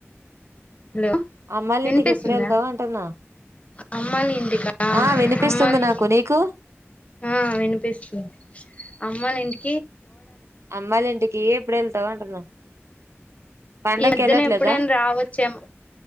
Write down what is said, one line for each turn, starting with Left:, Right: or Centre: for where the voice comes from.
Left: హలో
Right: అమ్మాయిల
Left: వినిపిస్తుందా
Right: ఇంటికి ఎప్పుడు వెళ్తావు అంటున్నా
Left: మమ్మోలా ఇంటికా
Right: ఆ వినిపిస్తుంది
Left: మమ్మోలా ఇంటి
Right: నాకు నీకు
Left: ఆ వినిపిస్తుంది అమ్మోలా ఇంట్
Right: అమ్మాల ఇంటికి ఎప్పుడు వెళ్తావు అంటున్నా పండగకి
Left: ఈ మధ్యనే
Right: వెళ్ళట్లేదా
Left: ఎప్పుడైనా రావచ్చేఏమో